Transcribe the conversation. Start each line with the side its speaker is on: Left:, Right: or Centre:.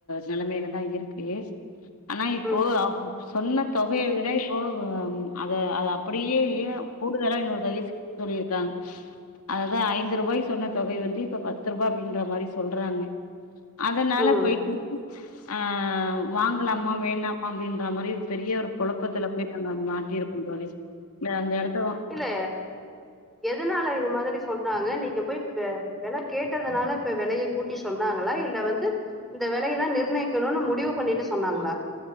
Left: நெலைமையிலதான் இருக்கு ஆனால் இப்போ
Centre: ம்
Left: அவ சொன்ன தொகைய விட இப்போஒ அது அது அப்படியே யே கூடுதலா இன்னொரு தொகை சேர்த்து சொல்லிருக்காங்க அதாவது ஐந்து ரூபாய் சொன்ன தொகை வந்து இப்ப பத்து ரூபா அப்டின்ற மாதிரி சொல்றாங்க அதனால
Centre: ம்
Left: போய்ட்டு போய்ட்டு ஆஹ் வாங்கலாமா வேனாமா அப்டின்ற மாரி பெரிய ஒரு குழப்பத்துல போய் நாங்க மாட்டியிருக்கோம் தோழி அந்த எடத்த வா
Centre: இல்ல எதனால இது மாதிரி சொன்னாங்க நீங்க போய் வ வெலை கேட்டதுனால இப்ப வெலையை கூட்டி சொன்னாங்களா இல்ல வந்து இந்த விலையைதான் நிர்ணயிக்கணும்னு முடிவு பண்ணிட்டு சொன்னாங்களா